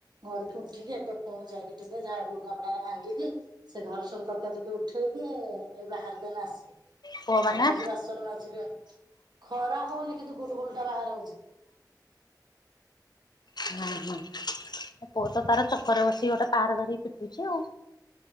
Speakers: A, on the right; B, on the left.
A: ଘଡିକି ଉଠିକି ଏବେେ ପୁଣି ଯାଇକି ଟିକେ ଝାଡୁ ଲୁଗାପଟା ଏକା ଭାଙ୍ଗିକି ସେ ଘରେ ସବୁ ତକିଆ ତୁକି ଉଠେଇ ସେଦିନ ରହ ଏଇ ବାହାରୁ କେନ ଆସିବେ,
B: ପୁଅ ମାନେ
A: ଆଉ ଯାଉଚି ବାସନ ମାଜିବି ଆ ଖରା ହଉନି କିନ୍ତୁ ଗୁଳୁ ଗୁଳୁ ଟା ବାହାର ହଉଛି।
B: ହଁ, ହଁ। ମୋ ପୁଅ ତ ତାର ଚକର ବସି ଗୋଟେ ପାର ଧରିକି ପିଟୁଛି ଆଉ।